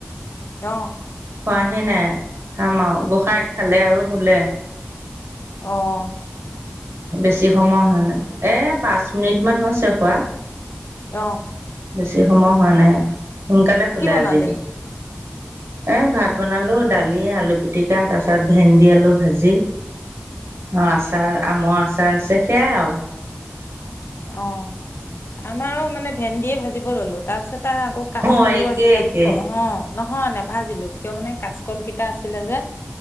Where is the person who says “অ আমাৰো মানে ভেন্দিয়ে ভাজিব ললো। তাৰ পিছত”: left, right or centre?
Left